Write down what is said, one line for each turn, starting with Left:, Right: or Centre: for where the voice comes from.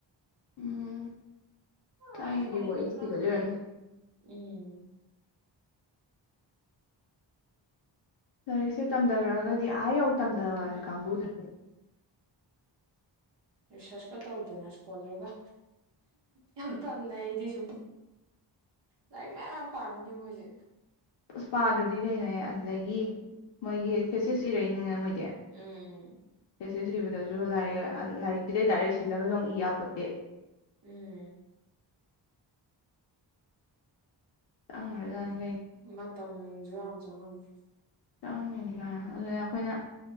Left: ꯎꯝ
Right: ꯑ
Left: ꯊꯥꯏꯅꯒꯤ
Right: ꯑꯩ ꯐꯔꯦꯕꯂ
Left: ꯋꯥꯔꯤ ꯊꯤꯒꯠꯂꯤ
Right: ꯁꯔ
Left: ꯑꯣꯏꯔꯝꯅꯤ
Right: ꯎꯝ
Left: ꯂꯥꯏꯔꯤꯛꯁꯦ ꯇꯝꯊꯈ꯭ꯔꯛꯑꯒꯗꯤ ꯑꯗꯨꯗꯤ ꯑ ꯑꯧ ꯇꯝ ꯇꯔ
Right: ꯎꯝ
Left: ꯀꯪꯉꯨꯗ
Right: ꯔꯤꯁꯔꯁꯀ ꯇꯧꯗꯅ ꯏꯁꯀꯣꯂꯔꯒ ꯌꯥꯝ ꯇꯂꯦ ꯏꯗꯤꯁꯨ ꯂꯥꯏꯔꯤꯛ ꯃꯌꯥꯝ ꯌꯥꯝ ꯄꯥꯔꯝꯅꯦ ꯃꯣꯏꯁꯦ
Left: ꯎꯄꯥꯥꯗ꯭ꯔꯗꯤ ꯀꯩꯅꯦ ꯑꯗꯨꯗꯒꯤ
Right: ꯎꯝ
Left: ꯃꯣꯏꯒꯤ ꯁꯦꯁꯦꯁ ꯏꯔꯏꯅꯤ ꯃꯣꯏ
Right: ꯎꯝ ꯎꯝ
Left: ꯁꯤꯕꯗꯁꯨ ꯂꯥꯏꯔꯤꯛ ꯂꯥꯏꯔꯤꯛꯁꯤꯗꯩ ꯗꯥꯏꯔꯦꯛ ꯁꯤꯜꯂꯒꯁꯨ ꯑꯃꯨꯛ ꯏ ꯌꯥꯄꯣꯠꯇꯦ
Right: ꯎꯝ
Left: ꯇꯪꯔ ꯌꯥꯅꯤ
Right: ꯃꯇꯝꯁꯨ ꯌꯥꯝ ꯆꯪꯉꯅꯤ
Left: ꯆꯪꯉꯤꯅꯤ ꯀꯥꯏꯅ ꯑꯗꯨꯅ ꯑꯩꯈꯣꯏꯅ